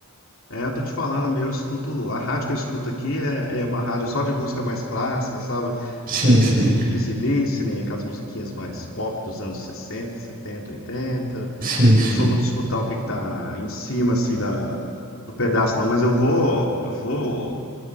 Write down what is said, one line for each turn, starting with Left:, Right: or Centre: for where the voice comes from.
Left: É, eu tô te falando, eu escuto, a rádio que eu escuto aqui é, é uma rádio só de música mais clássica, sabe?
Right: Sim,
Left: É chama
Right: sim.
Left: de easy listening, aquelas musiquinhas mais pop dos anos 60, 70, 80.
Right: Sim, sim.
Left: Não sou muito de escutar o que que tá em cima, assim, da, do pedaço, não, mas eu vou, vou,